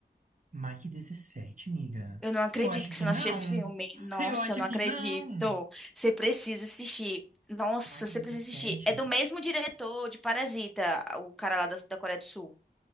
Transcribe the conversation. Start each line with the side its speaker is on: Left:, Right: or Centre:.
Right: Mike 17, miga.
Centre: Eu não acredito
Right: Eu acho
Centre: que
Right: que
Centre: você não
Right: não.
Centre: assistiu esse filme.
Right: <laughs>
Centre: Nossa,
Right: Eu acho
Centre: eu não
Right: que
Centre: acredito.
Right: não.
Centre: Você precisa assistir. Nossa,
Right: Mike
Centre: você
Right: 17.
Centre: precisa assistir. É do mesmo diretor de Parasita, o cara lá da, da Coreia do Sul.